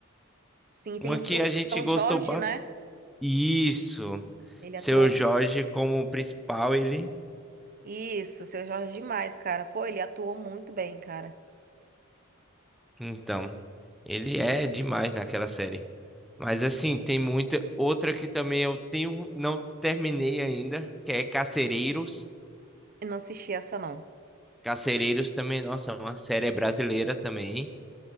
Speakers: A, on the right; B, in the centre.
A: Sim, tem
B: Uma
A: o
B: que a gente
A: São
B: gostou
A: Jorge,
B: ba-
A: né?
B: Isso.
A: Ele
B: Seu
A: atuou.
B: Jorge como principal, ele.
A: Isso, Seu Jorge é demais, cara. Pô, ele atuou muito bem, cara.
B: Então, ele é demais naquela série. Mas assim, tem muita. Outra que também eu tenho. Não terminei ainda, que é Carcereiros.
A: Eu não assisti essa, não.
B: Carcereiros também, nossa, é uma série brasileira também.